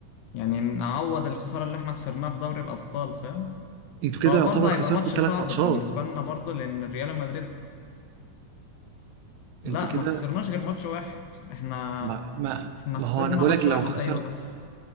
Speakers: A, on the left; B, on the right.
A: يعني نعوض الخسارة اللي احنا خسرناها في دوري الابطال فاهم
B: انتوا كده
A: هو
B: يعتبر
A: برضه هيبقى
B: خسرتوا
A: ماتش صعب
B: ثلاث ماتشات
A: بالنسبة لنا برضه لان ريال مدريد لا
B: انتوا كده
A: ما خسرناش غير ماتش واحد احنا
B: ما ما
A: احنا
B: ما
A: خسرنا
B: هو انا بقولك
A: ماتش
B: لو
A: واحد
B: خسرت
A: ايوه بس